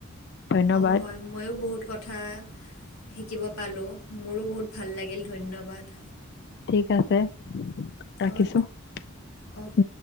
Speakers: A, on the left; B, on the left.
A: ধন্যবাদ
B: অ, হয়। ময়ো বহুত কথা শিকিব পালোঁ, মোৰো বহুত ভাল লাগিল। ধন্যবাদ।
A: ঠিক আছে।
B: অ,
A: ৰাখিছো
B: <unintelligible> অ।
A: উম